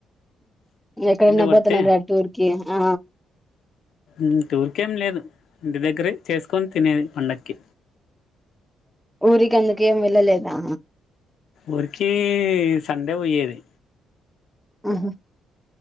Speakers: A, in the centre; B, on the left (about 70°).
A: ఎక్కడన్నా
B: పడితే
A: పోతున్నారు టూర్ కి ఆ
B: ఉ టూర్కేం లేదు ఇంటి దగ్గర చేసుకొని తినేది పండక్కి
A: ఊరికి అందుకేం వెళ్ళలేదా
B: ఊరికిీ సండే పోయ్యేది
A: ఆహా